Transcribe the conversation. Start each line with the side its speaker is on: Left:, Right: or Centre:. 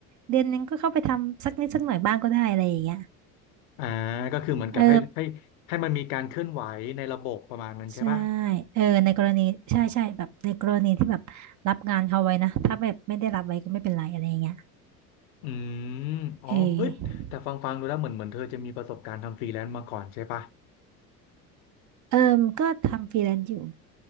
Right: เดือนนึงก็เข้าไปทำสักนิดสักหน่อยบ้างก็ได้อะไรอย่างเงี้ย
Left: อ่าก็คือเหมือนกับให้ให้ให้มันมีการเคลื่อนไหวในระบบประมาณนั้นใช่ปะ
Right: เออใช่เออในกรณีใช่ใช่แบบในกรณีที่แบบรับงานเขาไว้นะถ้าแบบไม่ได้รับไว้ก็ไม่เป็นไรอะไรอย่างเงี้ย
Left: อืมอ๋อเฮ้ยแต่ฟังฟังดูแล้วเหมือนเหมือนเธอจะมีประสบการณ์ทำฟรีแลนซ์มาก่อนใช่ปะ
Right: เออเออก็ทำฟรีแลนซ์อยู่